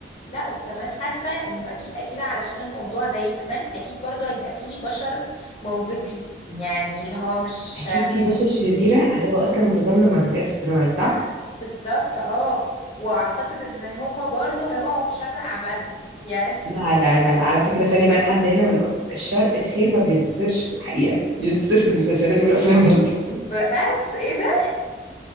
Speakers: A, on the left; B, on the right.
A: لا وكمان حاسه انه اكيد اكيد علشان الموضوع ده يكمل اكيد برضو هيبقى فيه بشر موجودين يعني اللي هو مش
B: <laughs> أكيد في بشر شريرة هتبقى أصلا متضامنة مع الذكاء الاصطناعي صح؟
A: بالظبط اه واعتقد ان هما برضو هيقعوا في شر اعمالهم يعني
B: لا لا لا, لا. على فكرة ثانية بقى لحد هنا بنقف الشر الخير ما بينتصرش في الحقيقة بينتصر في المسلسلات والأفلام بس
A: ب- بس ايه ده